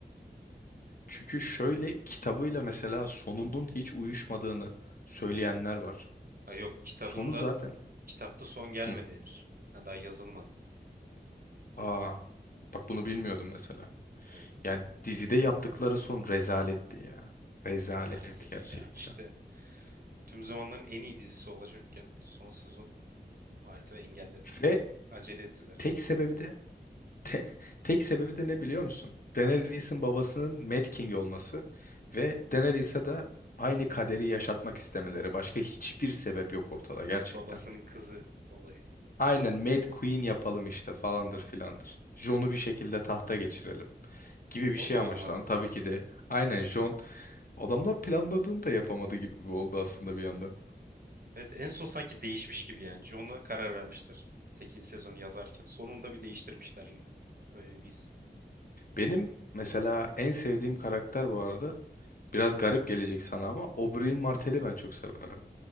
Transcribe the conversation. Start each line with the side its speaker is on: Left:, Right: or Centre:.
Left: Çünkü şöyle kitabıyla mesela sonunun hiç uyuşmadığını söyleyenler var.
Right: Ha, yok kitabın
Left: Sonu
Right: da
Left: zaten.
Right: kitapta son gelmedi
Left: Hı.
Right: henüz. Ha, daha yazılmadı.
Left: Aa. Bak bunu bilmiyordum mesela.
Right: Evet,
Left: Yani dizide yaptıkları son rezaletti ya. Rezalet
Right: e, maalesef
Left: gerçekten.
Right: ya işte tüm zamanların en iyi dizisi olacakken son sezon maalesef engelledim.
Left: Ve
Right: Acele ettiler.
Left: tek sebebi de Te- tek sebebi de ne biliyor musun? Daenerys'in babasının Mad King olması ve Daenerys'e de aynı kaderi yaşatmak istemeleri. Başka hiçbir sebep yok ortada gerçekten.
Right: Yani babasının kızı olayı.
Left: Aynen Mad Queen yapalım işte falandır filandır. Jon'u bir şekilde tahta geçirelim gibi bir
Right: O
Left: şey
Right: da olmadı.
Left: amaçlandı. Tabii ki de aynen Jon adamlar planladığını da yapamadı gibi oldu aslında bir yandan.
Right: Evet en son sanki değişmiş gibi yani. John'a karar vermiştir. sekizinci sezonu yazarken. Sonunda bir değiştirmişler gibi. Öyle bir his.
Left: Benim mesela en sevdiğim karakter bu arada biraz garip gelecek sana ama Oberyn Martell'i ben çok severdim.